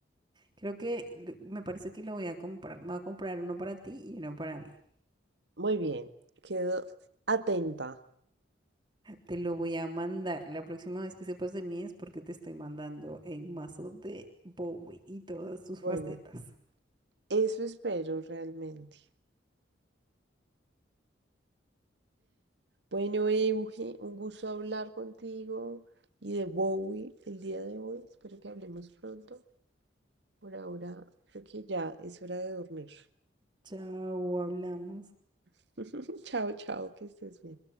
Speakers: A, on the right; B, on the right.
A: Creo que lo- me parece que lo voy a comprar. voy a comprar uno para ti y uno para mí.
B: Muy bien, quedo atenta.
A: Te lo voy a mandar. La próxima vez que sepas de mí es porque te estoy mandando el mazo de Bowie y todas sus facetas.
B: Bueno, eso espero realmente. Bueno, Euge, un gusto hablar contigo y de Bowie el día de hoy. Espero que hablemos pronto. Por ahora creo que ya es hora de dormir.
A: Chao, hablamos.
B: <laughs> Chao, chao, que estés bien.